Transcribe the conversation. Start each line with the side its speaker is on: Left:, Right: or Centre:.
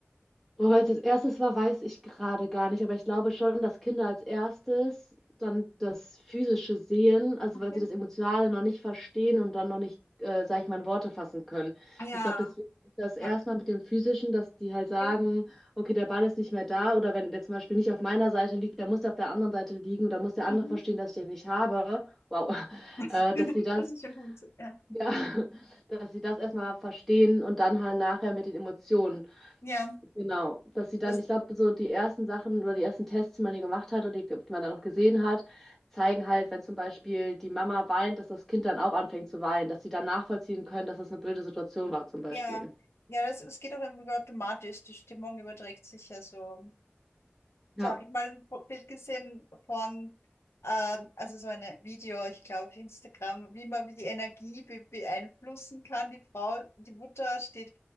Centre: Boah, weil es als erstes war, weiß ich gerade gar nicht, aber ich glaube schon, dass Kinder als erstes dann das Physische sehen, also
Left: Okay.
Centre: weil sie das Emotionale noch nicht verstehen und dann noch nicht, äh, sag ich mal, in Worte fassen können.
Left: Ah ja,
Centre: Ich glaube, deswegen ist das erstmal
Left: ja,
Centre: mit dem Physischen, dass die halt sagen,
Left: okay.
Centre: okay, der Ball ist nicht mehr da oder wenn der zum Beispiel nicht auf meiner Seite liegt, der muss auf der anderen Seite liegen oder muss der andere
Left: Mhm.
Centre: verstehen, dass ich den nicht habe. Wow, <laughs>
Left: <laughs>
Centre: äh, dass sie das,
Left: Das ist schon gut. Ja,
Centre: ja, <laughs> dass sie das erstmal verstehen und dann halt nachher mit den Emotionen.
Left: ja,
Centre: Genau, dass sie dann,
Left: das,
Centre: ich glaube, so die ersten Sachen oder die ersten Tests, die man hier gemacht hat und die, die man dann auch gesehen hat, zeigen halt, wenn zum Beispiel die Mama weint, dass das Kind dann auch anfängt zu weinen, dass sie dann nachvollziehen können, dass das eine blöde Situation war zum Beispiel.
Left: ja, ja, das, das geht auch irgendwie automatisch. Die Stimmung überträgt sich ja so.
Centre: Ja,
Left: Da habe ich mal ein Bild gesehen von, äh, also so ein Video, ich glaube auf Instagram, wie man die Energie be beeinflussen kann. Die Frau, die Mutter steht